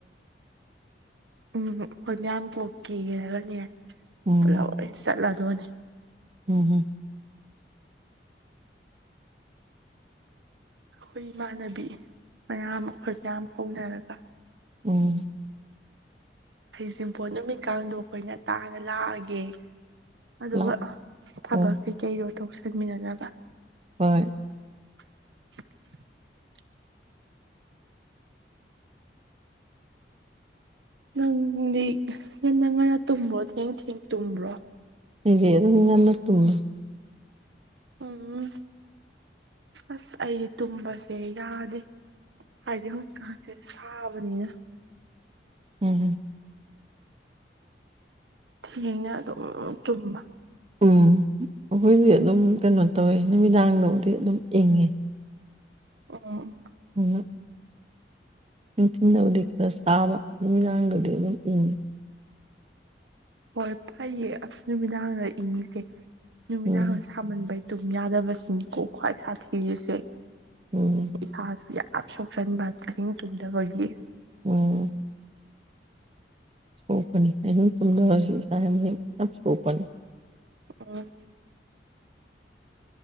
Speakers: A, on the right; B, on the right.
A: ꯎꯝ ꯍꯣꯏ ꯃꯌꯥꯝ ꯀꯣꯛꯀꯤꯦꯔꯒꯅꯦ
B: ꯎꯝ
A: ꯄꯨꯂꯞ ꯂꯣꯏ ꯆꯠꯂꯗꯣꯏꯅꯦ
B: ꯎꯝ ꯍꯝ
A: ꯑꯩꯈꯣꯏ ꯏꯃꯥꯟꯅꯕꯤ ꯃꯌꯥꯝ ꯑꯩꯈꯣꯏ ꯃꯌꯥꯝ ꯍꯧꯅꯔꯒ
B: ꯎꯝ
A: ꯍꯩꯖꯤꯡꯄꯣꯠ ꯅꯨꯃꯤꯠꯀꯗꯣ ꯑꯩꯈꯣꯏꯅ ꯇꯥꯅ ꯂꯥꯛꯑꯒꯦ ꯑꯗꯨꯒ
B: ꯂꯥꯛꯑꯣ
A: ꯊꯕꯛ
B: ꯎꯝ
A: ꯀꯩꯀꯩꯗꯣ ꯇꯣꯛ ꯁꯟꯃꯤꯟꯅꯅꯕ
B: ꯍꯣꯏ
A: <inaudible> ꯅꯪꯗꯤ ꯉꯟꯅ ꯉꯟꯅ ꯇꯨꯝꯕ꯭ꯔꯣ ꯊꯦꯡ ꯊꯦꯡ ꯇꯨꯝꯕ꯭ꯔꯣ
B: ꯑꯩꯦ ꯑꯗꯨ ꯉꯅ ꯇꯨꯅ
A: ꯎꯝ ꯑꯁ ꯑꯩ ꯇꯨꯝꯕꯁꯦ ꯌꯥꯗꯦ ꯍꯥꯏꯗꯤ ꯍꯧꯖꯤꯛ <unintelligible> ꯁꯥꯕꯅꯤꯅ꯫
B: ꯎꯝ꯫
A: ꯊꯦꯡꯅ ꯑꯗꯨꯝ ꯇꯨꯝꯃ꯫
B: ꯎꯝ ꯑꯩꯈꯣꯏꯗꯤ ꯑꯗꯨꯝ ꯀꯩꯅꯣ ꯇꯧꯋꯦ ꯅꯨꯃꯤꯗꯥꯡꯗꯕꯨꯗꯤ ꯑꯗꯨꯝ ꯏꯪꯉꯦ꯫
A: ꯎꯝ꯫
B: ꯎꯝ꯫ ꯅꯤꯡꯊꯤꯟꯗꯕꯨꯗꯤ ꯈꯔ ꯁꯥꯕ ꯑꯗꯨꯝ ꯅꯨꯡꯗꯥꯡꯗꯗꯤ ꯑꯗꯨꯝ ꯏꯪꯏꯤ꯫
A: ꯍꯣꯏ ꯐꯩꯌꯦ ꯑꯁ ꯅꯨꯃꯤꯗꯥꯡꯗ ꯏꯪꯉꯤꯁꯦ ꯅꯨꯃꯤꯗꯥꯡ
B: ꯎꯝ
A: ꯁꯥꯃꯟꯕꯩ꯫ ꯇꯨꯝ ꯌꯥꯗꯕꯁꯤꯅꯤꯀꯣ ꯈ꯭ꯋꯥꯏ ꯁꯥꯊꯤꯔꯤꯁꯦ
B: ꯎꯝ
A: ꯏꯁꯥꯁꯨ꯫ ꯌꯝ ꯁꯣꯛꯆꯟꯕ ꯑꯍꯤꯡ ꯇꯨꯝꯗꯕꯒꯤ꯫
B: ꯎꯝ꯫ ꯁꯣꯄꯅꯤ ꯑꯍꯤꯡ ꯇꯨꯝꯗꯕꯒꯤ ꯏꯁꯥ ꯌꯥꯝ ꯁꯣꯛꯄꯅꯤ꯫
A: ꯑꯝ꯫